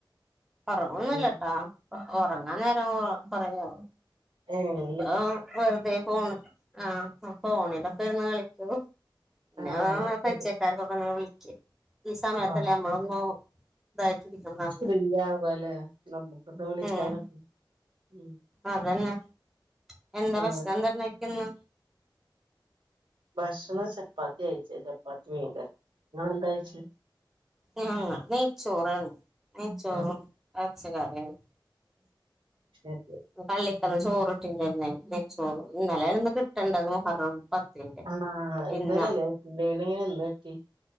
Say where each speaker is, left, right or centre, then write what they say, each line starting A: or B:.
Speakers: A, in the centre; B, on the right.
A: ഒറങ്ങൊന്നില്ലട്ടാ
B: ഏഹ്
A: ഒ ഒറങ്ങാൻ നേരാവുമ്പോ ഒറങ്ങു
B: ഏഹ്
A: അപ്പോ വെറുതെ ഫോണ് ആഹ് ഫോണിലൊക്കെ ഇരുന്ന് കളിക്കും പിന്നാ
B: ആഹ്
A: പരിചയക്കാർക്കൊക്കെ
B: ശരി
A: ഒന്ന് വിളക്കും ഈ സമയത്തല്ലേ
B: ആഹ്
A: നമ്മളൊന്ന് ഇതായിട്ട് ഇരിക്കുന്നൊന്ന്,
B: ഫ്രീ ആവാല്ലേ നമുക്കൊന്ന് വിളിക്കാനൊക്കെ
A: ഹ്മ്മ്
B: ഉം
A: അതന്നെ എന്താ
B: ആഹ്
A: ഭക്ഷണെന്താ കഴിക്ക്ന്നെ
B: ഭക്ഷണം ചപ്പാത്തിയാ കഴിച്ചേ ചപ്പാത്തി മീൻകറി നിങ്ങളെന്താ കയിച്ചേ
A: ആഹ്, നെയ്ച്ചോറാണ് നെയ്ച്ചോറും
B: ആഹ്
A: എറച്ചി കറിം.
B: ശെരി
A: പിന്നെ പള്ളിക്കന്ന് ചോറ് കിട്ടിലെന്നോ നെയ്ച്ചോറ് ഇന്നലായിരുന്നു കിട്ടേണ്ടത് മുഹറം പത്തിന്റെ
B: ആണോ ഇന്നാലല്ലേ
A: ഇന്നാ
B: പിന്നെങ്ങനെ ഇന്ന് കിട്ടിയേ